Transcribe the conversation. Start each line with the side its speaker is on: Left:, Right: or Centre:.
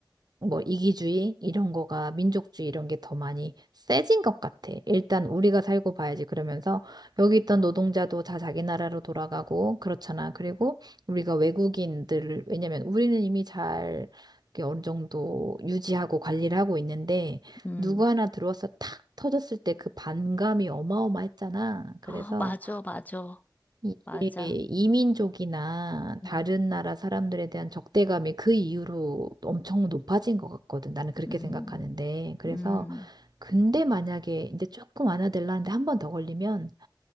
Right: 뭐 이기주의 이런 거가 민족주의 이런 게 더 많이 세진 것 같아. 일단 우리가 살고 봐야지 그러면서 여기 있던 노동자도 다 자기 나라로 돌아가고 그렇잖아. 그리고 우리가 외국인들을 왜냐면 우리는 이미 잘 이렇게 어느 정도 유지하고 관리를 하고 있는데
Left: 음.
Right: 누구 하나 들어와서 탁 터졌을 때 그 반감이 어마어마했잖아. 그래서
Left: 아, 맞아, 맞아.
Right: 이게
Left: 맞아.
Right: 이민족이나
Left: 음,
Right: 다른 나라 사람들에 대한 적대감이 그 이후로 엄청 높아진 것 같거든. 나는 그렇게
Left: 음,
Right: 생각하는데. 그래서
Left: 음.
Right: 근데 만약에 이제 조금 완화되려는데 한 번 더 걸리면